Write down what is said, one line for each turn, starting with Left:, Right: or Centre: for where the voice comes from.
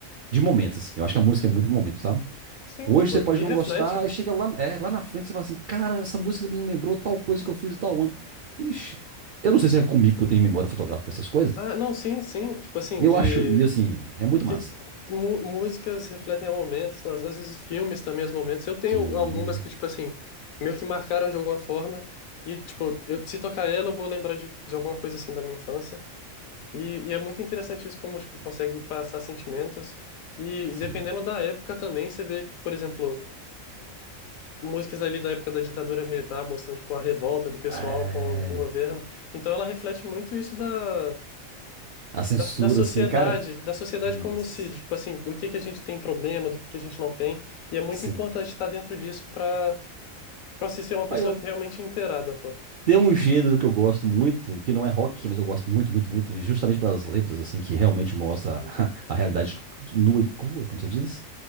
Right: de momentos, assim. Eu acho que a música é muito de momento, sabe?
Left: sim,
Right: Hoje
Left: tipo,
Right: você pode
Left: e
Right: não
Left: reflete.
Right: gostar, e chega lá, é, lá na frente você fala assim: Cara, essa música me lembrou tal coisa que eu fiz em tal ano. Ixi,
Left: Uhum.
Right: eu não sei se é comigo que eu tenho memória fotográfica para essas coisas.
Left: Ah, não, sim, sim, tipo assim,
Right: E eu
Left: de
Right: acho, e assim, é muito
Left: que,
Right: massa.
Left: que mu- músicas refletem momentos, tá? Às às vezes filmes também, os momentos. Eu tenho
Right: Sim,
Left: algumas que, tipo assim, meio que marcaram de alguma forma. E, tipo, eu, se tocar ela, eu vou lembrar de, de alguma coisa assim da minha infância. E, e é muito interessante isso, como, tipo, consegue passar sentimentos. E,
Right: sim.
Left: dependendo da época também, você vê, por exemplo, músicas ali da época da ditadura militar, mostrando, tipo, a revolta do pessoal
Right: É,
Left: com, com o governo. Então ela reflete muito isso da
Right: a censura,
Left: da, da sociedade,
Right: assim, cara.
Left: da sociedade
Right: Yes.
Left: como se, tipo assim, do que que a gente tem problema, do que que a gente não tem, e é muito
Right: Sim.
Left: importante estar dentro disso para para se ser uma pessoa
Right: Aí eu,
Left: realmente inteirada, pô.
Right: Tem um gênero que eu gosto muito, que não é rock, mas eu gosto muito, muito, muito, justamente pelas letras, assim, que realmente mostra
Left: Uhum,
Right: <laughs> a realidade nua e crua, como você diz.